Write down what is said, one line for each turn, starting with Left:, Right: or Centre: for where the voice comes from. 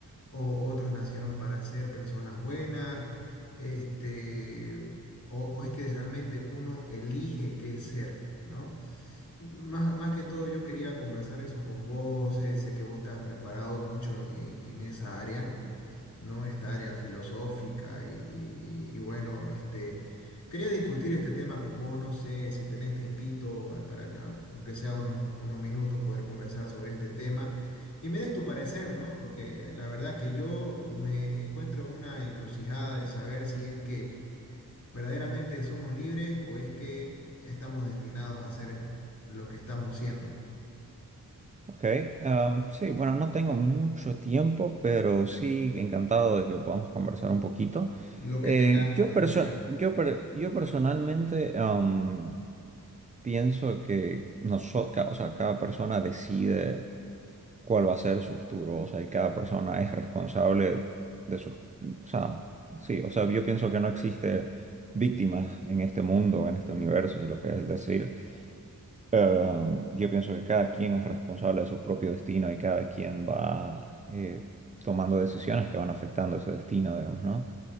Left: o otros nacieron para ser personas buenas, este, o, o es que realmente uno elige qué es ser, ¿no? Más, más que todo yo quería conversar eso con vos, sé, sé que vos estás preparado mucho en, en- en esa área, ¿no? Esta área filosófica y, y- y- y bueno, este, quería discutir este tema con vos, no sé si tenés tiempito eh, para que, a- aunque sea unos, unos minutos, poder conversar sobre este tema y me des tu parecer, ¿no? Porque la verdad que yo me encuentro en una encrucijada de saber si es que ¿Verdaderamente somos libres o es que estamos destinados a hacer lo que estamos siendo?
Right: Ok. am, sí, bueno, no tengo mucho tiempo, pero sí encantado de que podamos conversar un poquito.
Left: Lo que
Right: Eh,
Left: tengas,
Right: yo,
Left: lo
Right: perso-
Left: que tengas.
Right: yo, per- yo personalmente am, pienso que nosotros, o sea, cada persona decide cuál va a ser su futuro, o sea, y cada persona es responsable de sus... O sea, sí, o sea, yo pienso que no existe víctimas en este mundo, en este universo, si lo que es decir. Um, yo pienso que cada quien es responsable de su propio destino y cada quien va eh, tomando decisiones que van afectando ese destino, digamos, ¿no?